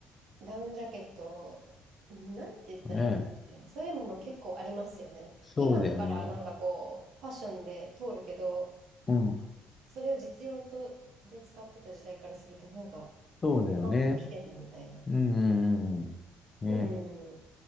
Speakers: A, on the right; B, on the left.
A: ん、ダウンジャケット、なんて言ったらいいんですかね。
B: ね。
A: そういうもの結構ありますよね。
B: そうだよね。
A: 今だからなんかこう、ファッションで通るけど、
B: うん。
A: それを実用とで使ってた時代からすると、なんか、
B: そうだよね。
A: なんでそんなの着てんだみたいな。
B: うんうんうんうん。
A: うん。
B: ね。